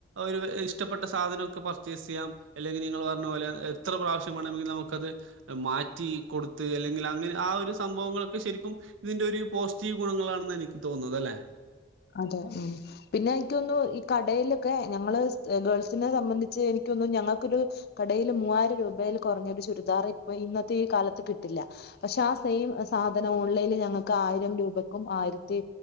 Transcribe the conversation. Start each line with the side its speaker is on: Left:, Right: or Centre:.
Right: ഒരു ഇഷ്ടപ്പെട്ട സാധനൊക്കെ പർ പർച്ചെസ് ചെയ്യം അല്ലെങ്കിൽ നിങ്ങൾ പറഞ്ഞ പോലെ എത്ര പ്രാവശ്യമാണങ്കിൽ നമുക്കത് മാറ്റി കൊടുത്ത് ല്ലെങ്കിൽ അങ്ങനെ ആ ഒരു സംഭവങ്ങളൊക്കെ ശരിക്കും ഇതിന്റെ ഒരു പോസിറ്റീവ് ഗുണങ്ങളാണെന്ന് എനിക്ക് തോന്നുന്നത് അല്ലെ
Left: അതെ പിന്നെ എനിക്കൊന്നു ഈ കടയിലൊക്കെ ഞങ്ങള് ഗേൾസിനെ സംബന്ധിച്ച് എനി ക്കോന്നു ഞങ്ങൾക്കൊരു കടേല് മൂവായിരം രൂപയിൽ കുറഞ്ഞ ഒരു ചുരിദാർ ഇപ്പൊ ഇന്നത്തെ ഈ കാലത്ത് കിട്ടില്ല പക്ഷെ ആ സെയിം സാധനം ഓൺലൈനിൽ ഞങ്ങൾക്ക് ആയിരം രൂപയ്ക്കും ആയിരത്തി